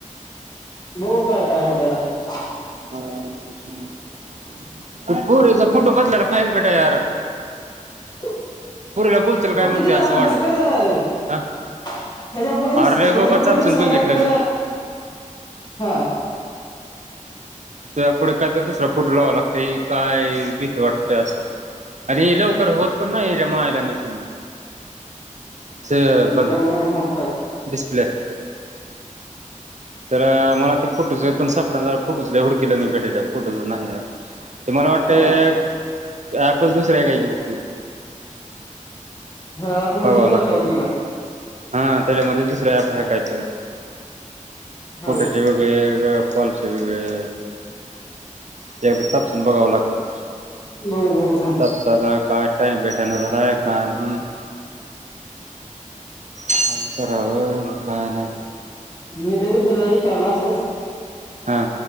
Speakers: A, on the left; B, on the right.
A: हो काय काय होते आता
B: <unintelligible> त <unintelligible> फोटो बदलाला फाईल <unintelligible> यार
A: <inaudible>
B: पोरीला बोलतील काय
A: प
B: म्हणते
A: किती
B: असं
A: जा अभ्यास
B: वाटायचं
A: कर जरा रे
B: हा
A: ह्याच्या पुढे दिस
B: अरे लय
A: ह्याच्या
B: बाबा चापसून
A: पुढे दुसरा
B: बघितलं
A: काही तर
B: मी
A: हा
B: तर या पुुढे कायत दुसरा फोटो लावा लागतं काय किती वाटतंय असं आणि लवकर होत पण ना हेजा मायला निशन स
A: बघू
B: बंद
A: बघू थांब काय
B: डिस्प्ले तर मला ते फोटोच पण सापडा फोटोच <unintelligible> किलोमी बटरच्या <unintelligible> ते मला वाटतेय
A: हा
B: ते ॲपलच दुसर <unintelligible> बघतोय.
A: हा आपण
B: बघावं
A: जी करता
B: लागत
A: होती
B: म
A: का
B: हा आ तेच्यामध्ये दुसरं ऍप हाय कायतर फोटचे
A: होय
B: वेगळे कॉलचे वेगळे ते सपसून बघावं लागत
A: बघू बघू थांब
B: सपसाना काय टाईम भेटणा झालाय <unintelligible> काय करावं आणि काय नाइ
A: मी ते <unintelligible> विचारल असच
B: हा